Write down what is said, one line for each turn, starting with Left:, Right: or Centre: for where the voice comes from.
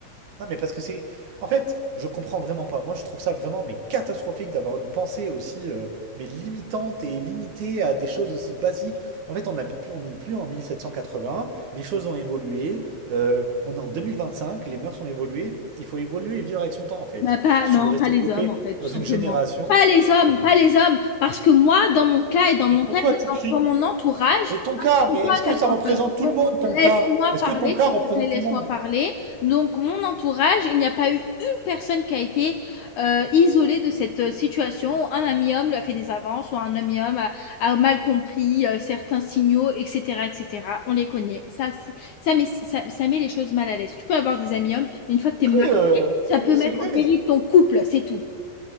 Right: Non, mais parce que c'est. En fait, je comprends vraiment pas. Moi, je trouve ça vraiment mais catastrophique d'avoir une pensée aussi euh, mais limitante et limitée à des choses aussi basiques. En fait, on habite plus, on n'est plus en 1781. Les choses ont évolué. euh, on est en deux mille vingt-cinq Les mœurs ont évolué. Il faut évoluer et vivre avec son temps, en fait.
Left: Bah, pas
Right: Si
Left: non,
Right: tu veux rester
Left: pas les
Right: bloqué
Left: hommes, en fait, tout
Right: dans
Left: simplement.
Right: une génération,
Left: Pas les hommes,
Right: mais
Left: pas les hommes, parce que moi, dans mon cas et dans mon
Right: mais
Left: cas,
Right: pourquoi tu
Left: dans
Right: cries?
Left: dans mon entourage,
Right: Mais ton cas, mais
Left: c'est toi
Right: est-ce que
Left: qui as
Right: ça
Left: commencé
Right: représente tout
Left: donc
Right: le monde, ton
Left: laisse-moi
Right: cas? Est-ce
Left: parler,
Right: que ton cas
Left: s'il
Right: représente
Left: te plaît, laisse-moi
Right: tout le monde?
Left: parler. Donc, mon entourage, il n'y a pas eu une personne qui a été euh, isolée de cette euh, situation. Un ami homme lui a fait des avances, ou un ami homme a, a mal compris euh, certains signaux, etc., etc. On les connaît. Ça, c'est- ça met, ça, ça met les choses mal à l'aise. Tu peux avoir des amis hommes, mais une fois que tu es
Right: Oui, euh,
Left: ça
Right: oui,
Left: peut mettre
Right: c'est vrai.
Left: en péril ton couple, c'est tout.